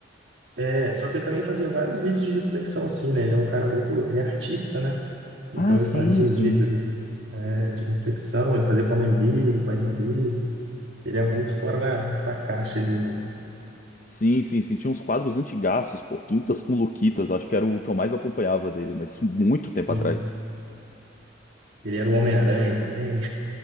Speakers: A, on the right (about 65°); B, on the left (about 40°).
A: É, só que ele também fazia vários vídeos de reflexão, assim, né? Ele é um cara muito, ele é artista, né? Então
B: Ah, sim,
A: ele fazia
B: sim.
A: uns vídeos ali de, é, de reflexão, ele fazia com a mãe dele, com a irmã dele. Ele é muito fora da, da caixa ali, né?
B: Sim, sim, sim. Tinha uns quadros antigaços, pô, Quintas com Luquitas, acho que era o que eu mais acompanhava dele, mas muito tempo
A: Sim.
B: atrás.
A: Ele era o Homem-Aranha também.